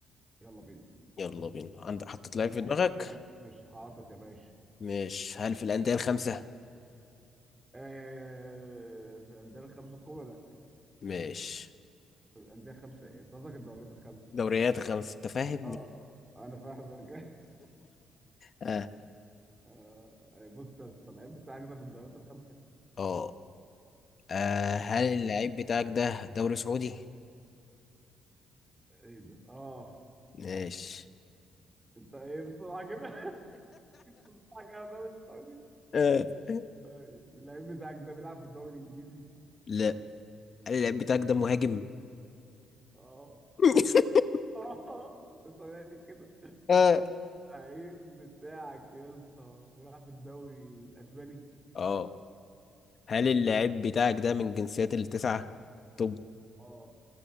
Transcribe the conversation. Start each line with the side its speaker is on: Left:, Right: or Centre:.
Right: يلا بينا
Left: يلا بينا عندك حطيت
Right: حط
Left: لعيب في
Right: لعيب
Left: دماغك
Right: في دماغك ماشي حاطط يا باشا
Left: مش هل في الانديه الخمسه
Right: آه في الانديه الخمسه الكبرى لا
Left: مش
Right: في الانديه الخمسه ايه أنت قصدك الدوريات الخمسه
Left: دوريات
Right: اه
Left: الخمسه انت فاهمني
Right: اه آه، انا فاهمك
Left: اه
Right: <laughs> آه بص يا اسطى اللعيب بتاعك ده في الدوريات الخمسه
Left: اه آه، هل اللعيب بتاعك ده دوري سعودي
Right: ايه ده اه
Left: ماشي
Right: انت ايه بسرعه كده <laughs> بسرعه كده يا الدوري السعودي
Left: <laughs> آه.
Right: طيب اللعيب بتاعك ده بيلعب في الدوري الانجليزي
Left: لا هل اللاعب بتاعك ده مهاجم؟
Right: اه
Left: <laughs>
Right: اه تسمعني كده
Left: آه.
Right: اللعيب بتاعك يا اسطى بيلعب في الدوري الاسباني
Left: اه هل
Right: حلو
Left: اللاعب بتاعك ده من جنسيات التسعة؟ طب
Right: اه